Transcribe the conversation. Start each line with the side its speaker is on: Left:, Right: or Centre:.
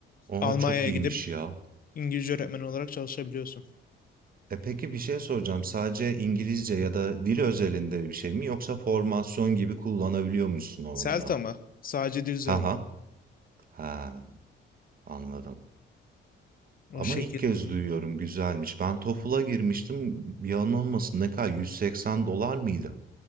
Right: Oha
Left: Almanya'ya
Right: çok iyiymiş
Left: gidip
Right: ya.
Left: İngilizce öğretmeni olarak çalışabiliyorsun.
Right: E peki bir şey soracağım. Sadece İngilizce ya da dil özelinde bir şey mi yoksa formasyon gibi kullanabiliyor musun onu
Left: Selta
Right: da?
Left: mı? Sadece dil üzerinde.
Right: Haha. Ha anladım.
Left: O
Right: Ama
Left: şekil.
Right: ilk kez duyuyorum güzelmiş. Ben TOEFL'a girmiştim. Yalan olmasın ne kadar 180 dolar mıydı?